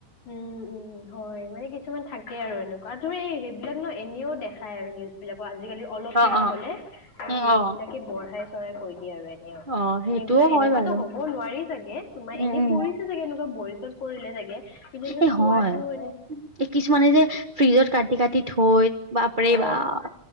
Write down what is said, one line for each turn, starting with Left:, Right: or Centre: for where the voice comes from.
Left: উম, উম হয় মানে কিছুমান থাকে আৰু এনেকুৱা আৰু, তূমি সেইবিলাক ন এনেও দেখাই আৰু নিউজ বিলাক আজিকালি অলপ কিবা
Right: অ অ
Left: হ'লে
Right: উম
Left: নিউজ
Right: অ।
Left: বিলাকে বঢ়াই চ়াই কৈ দিয়ে আৰু
Right: অ সেইটোও
Left: সেইবিলাক এনেকুৱাতো
Right: হয় বাৰু
Left: হ'ব নোৱাৰি চাগে তোমাৰ,
Right: উম
Left: এনে
Right: উম
Left: কৰি ছে চাগে এনেকুৱা বয়জন কৰিলে চাগে। এনেকে
Right: এই
Left: খোৱাতটো
Right: হয়
Left: এনে
Right: এই কিছুমানে যে ফ্ৰিজত কাটি কাটি থৈ বাপৰে
Left: অ'
Right: বাপ